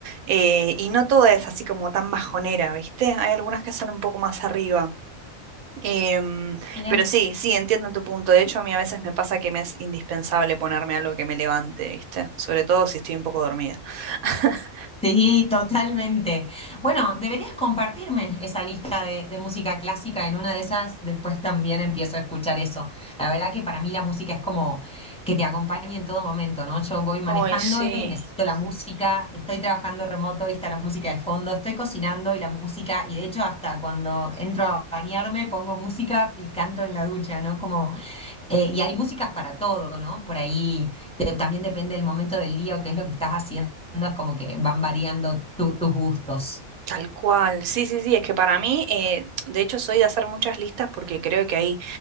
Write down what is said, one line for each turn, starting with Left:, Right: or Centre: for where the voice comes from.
Right: Eh, y no toda es así como tan bajonera, ¿viste? Hay algunas que son un poco más arriba. Em,
Centre: Mirá.
Right: pero sí, sí, entiendo tu punto. De hecho, a mí a veces me pasa que me es indispensable ponerme algo que me levante, ¿viste? Sobre todo si estoy un poco dormida. <laughs>
Centre: Sí, totalmente. Bueno, deberías compartirme esa lista de, de música clásica en una de esas, después también empiezo a escuchar eso. La verdad que para mí la música es como que te acompañe en todo momento, ¿no? Yo voy manejando
Right: Ay, sí,
Centre: y necesito la música, estoy trabajando remoto y está la música de fondo, estoy cocinando y la música, y de hecho hasta cuando entro a bañarme pongo música y canto en la ducha, ¿no? Como eh, y hay músicas para todo, ¿no? Por ahí de- también depende del momento del día o qué es lo que estás haciendo, es como que van variando tu- tus gustos.
Right: tal cual. Sí, sí, sí, es que para mí, eh, de hecho, soy de hacer muchas listas porque creo que hay